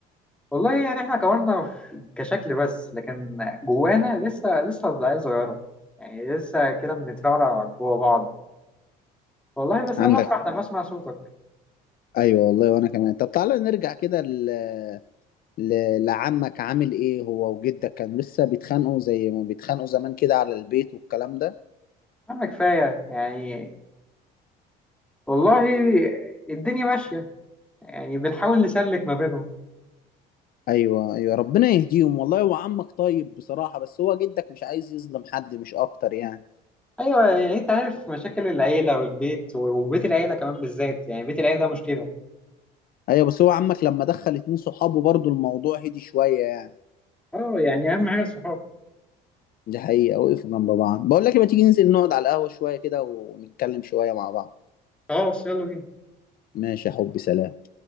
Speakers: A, in the centre; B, on the left.
A: والله يعني احنا كبرنا في- كشكل بس لكن جوانا لسه لسه عيال صغيره يعني لسه كده بنترعرع جوا بعض والله بس
B: عندك
A: انا بفرح لما اسمع صوتك
B: <laughs> ايوه والله وانا كمان طب تعالى نرجع كده ل... ل... لعمك عامل ايه هو وجدك كانوا لسه بيتخانقوا زي ما بيتخانقوا زمان كده على البيت والكلام ده
A: يا عم كفايه يعني والله الدنيا ماشية يعني بنحاول نسلك ما بينهم
B: ايوه ايوه ربنا يهديهم والله هو عمك طيب بصراحة بس هو جدك مش عايز يظلم حد مش اكتر يعني
A: أيوة يعني أنت عارف مشاكل العيلة والبيت و- وبيت العيلة كمان بالذات يعني بيت العيلة ده مشكلة
B: ايوه بس هو عمك لما دخل اتنين صحابه برضو الموضوع هدي شوية يعني
A: أه يعني أهم حاجة الصحاب
B: دي حقيقة وقف جنب بعض بقول لك إيه، ما تيجي ننزل نقعد على القهوة شوية كده ونتكلم شوية مع بعض
A: خلاص يلا بينا
B: ماشي يا حبي سلام